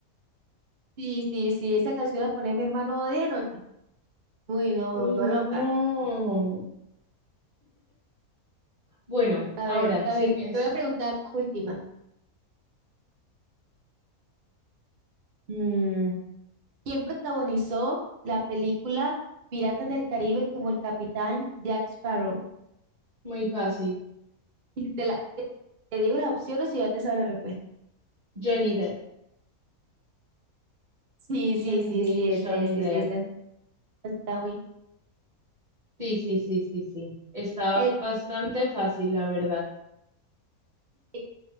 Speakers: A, on the right; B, on the right.
A: Sí, sí, sí, esa canción la pone mi hermano de noche. Uy, no, me
B: Uy,
A: volvió
B: no.
A: loca.
B: Bueno,
A: A
B: ahora
A: ver, a
B: sí
A: ver,
B: es
A: te voy a preguntar la última. Mm, ¿quién protagonizó la película Piratas del Caribe como el capitán Jack Sparrow?
B: muy fácil.
A: <laughs> Te la, Te digo las opciones y ya te sabes la respuesta.
B: Johnny Depp,
A: Sí, sí,
B: Johnny
A: sí,
B: Depp,
A: sí,
B: Johnny
A: ese, es, sí,
B: Depp.
A: sí, ese, es. Está muy-
B: Sí, sí, sí, sí, sí. Está
A: Eh,
B: bastante fácil, la verdad.
A: eh,